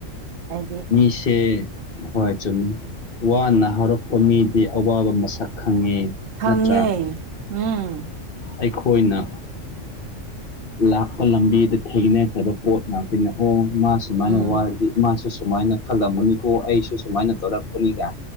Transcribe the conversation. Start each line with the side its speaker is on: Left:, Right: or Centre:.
Right: ꯍꯥꯏꯗꯤ
Left: ꯃꯤꯁꯦ ꯍꯣꯏ ꯆꯨꯝꯃꯦ ꯋꯥꯅ ꯍꯧꯔꯛꯄ ꯃꯤꯗꯤ ꯑꯋꯥꯕ ꯃꯁꯛ ꯈꯪꯉꯦ
Right: ꯈꯪꯉꯦ
Left: ꯅꯠꯇ꯭ꯔꯥ
Right: ꯎꯝ
Left: ꯑꯩꯈꯣꯏꯅ ꯂꯥꯛꯄ ꯂꯝꯕꯤꯗ ꯊꯦꯡꯅꯈ꯭ꯔꯕ ꯄꯣꯠ ꯉꯥꯛꯇꯅꯦ ꯑꯣ ꯃꯥ ꯁꯨꯃꯥꯏꯅ
Right: ꯎꯝ
Left: ꯋꯔꯗꯤ ꯃꯥꯁꯨ ꯁꯨꯃꯥꯏꯅ ꯈꯜꯂꯝꯃꯅꯤꯀꯣ ꯑꯩꯁꯨ ꯁꯨꯃꯥꯏꯅ ꯇꯧꯔꯛꯄꯅꯤ ꯀꯥꯏꯅ